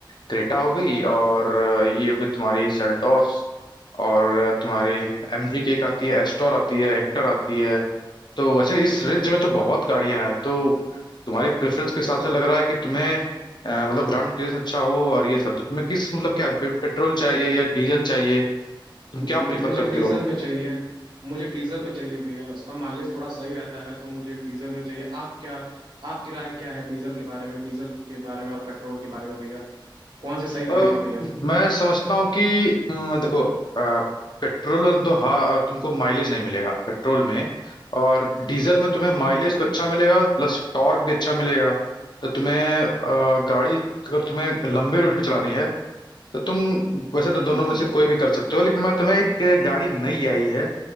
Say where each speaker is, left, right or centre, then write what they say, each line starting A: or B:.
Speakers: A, on the left; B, on the right.
A: क्रेटा हो गई और ये हो गई तुम्हारी सेल्टॉस और तुम्हारी एमजी की एक आती है एस्टोर आती है हेक्टर आती है तो वैसे इस रेंज में तो बहुत गाड़ियां हैं तो तुम्हारी प्रेफरेंस के हिसाब से लग रहा है कि तुम्हें अ, मतलब ग्राउंड क्लियरेंस अच्छा हो और ये सब तो तुम्हें किस मतलब क्या पे- पेट्रोल चाहिए या डीजल चाहिए तुम
B: न-
A: क्या प्रीफर
B: न- मुझे
A: करते
B: डीजल
A: हो
B: में चाहिए मुझे डीजल में चाहिए भैया उसका माइलेज थोड़ा सही रहता है तो मुझे डीजल में चाहिए आप क्या आपकी राय क्या है डीजल के बारे में डीजल के बारे में और पेट्रोल के बारे में भैया कौन सी सही
A: अ,
B: पड़ेगी भैया
A: मैं समझता हूँ कि अम, देखो अ, पेट्रोल तो हाँ तुमको माइलेज नहीं मिलेगा पेट्रोल में और डीजल में तुम्हें
B: हम्म
A: माइलेज तो अच्छा मिलेगा प्लस टॉर्क भी अच्छा मिलेगा तो तुम्हें अ, गाड़ी अगर तुम्हें लंबे रूट पे चलानी है तो तुम वैसे तो
B: हम्म
A: दोनों में से कोई भी कर सकते हो लेकिन मैं तुम्हें एक गाड़ी नई आई है